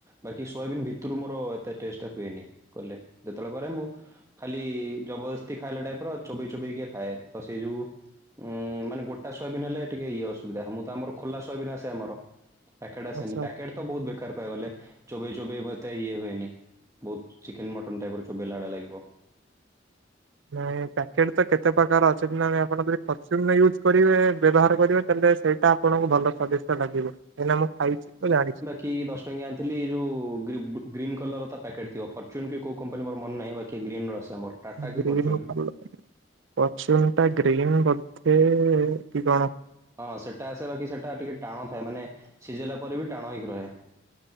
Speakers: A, on the right; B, on the right.
A: ବାକି ସୋୟାବିନ୍ ଭିତରୁ ମୋର ଏତେ ଟଷ୍ଟ ହୁଏନି କଲେ ଯେତେବେଳେ କରେ ମୁଁ ଖାଲି ଜବରଦସ୍ତି ଖାଇଲା ଟାଇପ ର ଚୋବେଇ ଚୋବେଇ କିଏ ଖାଏ ତ ସେଇ ଯୋଉ ଉ ମାନେ ଗୋଟା ସୋବନ୍ ହେଲେ ଟିକେ ଇଏ ଅସୁବିଧା ମୁଁ ତ ଆମର ଖୋଲାସୟାବିନ୍ ଆସେ ଆମର। ପ୍ୟାକେଟ ଆସେନି
B: ଆଚ୍ଛା
A: ପ୍ୟାକେଟ ତ ବହୁତ ବେକାର କହିବା କୁ ଗଲେ ଚୋବେଇ ଚୋବେଇ ମତେ ଇଏ ହୁଏନି। ବହୁତ ଚିକେନ ମଟନ୍ ଟାଇପ ର ଚୋବେଇଲା ଭଳି ଲାଗିବ।
B: ନାଇଁ ପ୍ୟାକେଟ୍ ତ କେତେ ପ୍ରକାର ଅଛନ୍ତି ନା ନାହିଁ ଆପଣ ଯଦି ଫର୍ଟୁନର ୟୁଜ୍ କରିବେ ବ୍ୟବହାର କରିବେ ତାହେଲେ ସେଇ ଟା ଆପଣଙ୍କୁ ଭଲ ସ୍ଵାଦିଷ୍ଟ ଲାଗିବ କାହିଁକି ନା ମୁଁ ଖାଇଛି ତ ଜାଣିଛି।
A: କି ଦଶ ଟଙ୍କିଆ ଆଣିଥିଲି ଯଉ ଗ୍ରିବ୍ ଗ୍ରୀନ୍ କଲରର ତା ପ୍ୟାକେଟ୍ ଥିବ ଫର୍ଚୁନ କି କୋଉ କମ୍ପାନୀ ମୋର ମନେ ନାହିଁ ବାକି ଗ୍ରୀନ ର ଆସେ। ଆମର ଟାଟା କି
B: ଗ୍ରୀନ
A: ଫର୍ଚୁନ୍
B: <unintelligible> ଫର୍ଟୁନ ଟା ଗ୍ରୀନ୍ ବୋଧେ କି କଣ?
A: ହଁ ସେଟା ଆସେ ବାକି ସେଟା ଟିକେ ଟାଣ ଥାଏ ମାନେ ସିଝେଇଲା ପରେ ବି ଟାଣ ହେଇକି ରହେ।